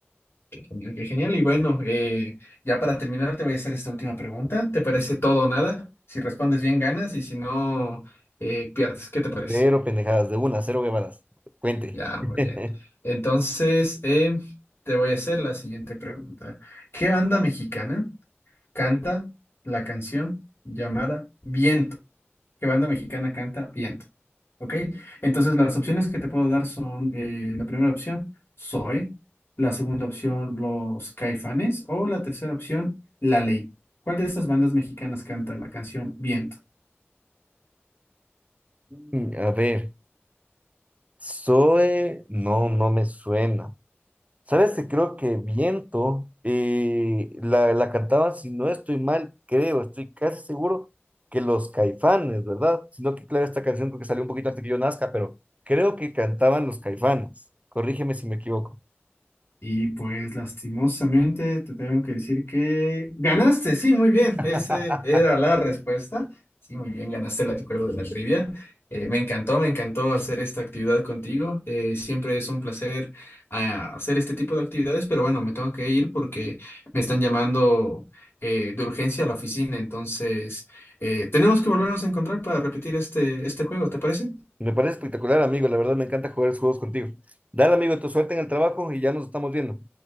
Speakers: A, on the left; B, on the right.
A: Genial, Qué genial. Y bueno, eh, ya para terminar te voy a hacer esta última pregunta. ¿Te parece todo o nada? Si respondes bien, ganas y si no, eh, pierdes. ¿Qué te parece?
B: Cero pendejadas, de una, cero huevadas. Cuente.
A: Ya, muy
B: <laughs>
A: bien. Entonces, eh, te voy a hacer la siguiente pregunta. ¿Qué banda mexicana canta la canción llamada Viento? ¿Qué banda mexicana canta Viento? ¿Ok? Entonces las opciones que te puedo dar son eh, la primera opción, Zoe, la segunda opción, los Caifanes, o la tercera opción, La Ley. ¿Cuál de estas bandas mexicanas canta la canción Viento?
B: Mm, A ver, Zoe, no, no me suena. ¿Sabes? que Creo que Viento eh, la, la cantaban, si no estoy mal, creo, estoy casi seguro que los Caifanes, ¿verdad? Sino que, claro, esta canción creo que salió un poquito antes que yo nazca, pero creo que cantaban los Caifanes. Corrígeme si me equivoco.
A: Y pues lastimosamente te tengo que decir que ganaste, sí, muy bien,
B: <laughs>
A: esa era la respuesta. Sí, muy bien, ganaste la- el juego de la trivia. Eh, me encantó, me encantó hacer esta actividad contigo. Eh, siempre es un placer ah, hacer este tipo de actividades, pero bueno, me tengo que ir porque me están llamando eh, de urgencia a la oficina. Entonces, eh, tenemos que volvernos a encontrar para repetir este, este juego, ¿te parece?
B: Me parece espectacular, amigo. La verdad me encanta jugar esos juegos contigo. Dale, amigo, tu suerte en el trabajo y ya nos estamos viendo.